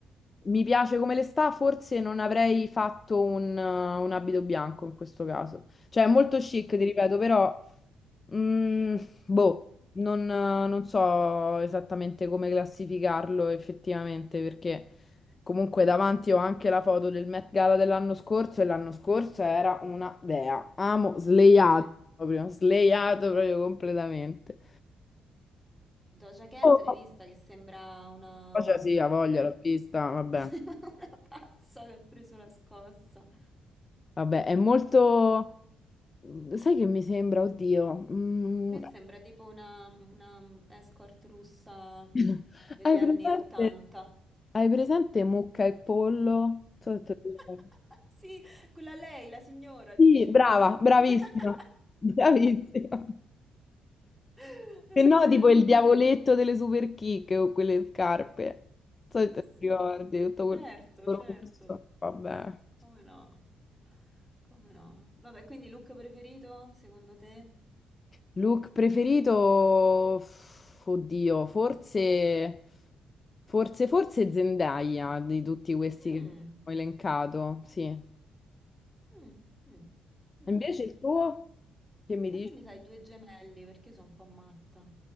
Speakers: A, on the left (about 30°); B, in the centre.
A: Mi piace come le sta, forse non avrei fatto un, un abito bianco in questo caso. Cioè, è molto chic,
B: mm,
A: ti ripeto, però Mm, boh, non, eh, non so esattamente come classificarlo effettivamente, perché comunque davanti ho anche la foto del Met Gala dell'anno scorso e l'anno scorso era una dea. Amo sleiato
B: sì.
A: proprio, sleiato proprio completamente.
B: Doja Cat,
A: Oh,
B: l'hai vista che sembra una...
A: cioè
B: <laughs>
A: sì, ha voglia, l'ho vista, vabbè.
B: una pazza che ha preso la scossa. A
A: Vabbè, è molto... Sai che mi sembra, oddio. mm,
B: me sembra tipo una, una escort russa
A: <laughs>
B: degli
A: Hai
B: anni
A: presente?
B: 80.
A: Hai presente mucca e pollo? Non so se te lo ricordi.
B: <laughs> Sì, quella lei, la signora, dici.
A: Sì, brava, bravissima,
B: <laughs>
A: <laughs> bravissima.
B: <laughs> È
A: Se no,
B: vero,
A: tipo il
B: è vero.
A: diavoletto delle super kick o quelle scarpe. Non so se
B: Sì,
A: te lo
B: sì.
A: ricordi, tutto
B: Certo,
A: quel rosso.
B: certo.
A: Vabbè.
B: Come no? Come no? Vabbè, quindi look preferito, secondo te?
A: Look preferito, f- oddio, forse, forse, forse Zendaya di tutti questi che
B: Mm,
A: ho elencato, sì.
B: mm, mm. Bene.
A: Invece il tuo, che mi dici?
B: A me mi sai due gemelli perché io sono un po' matta.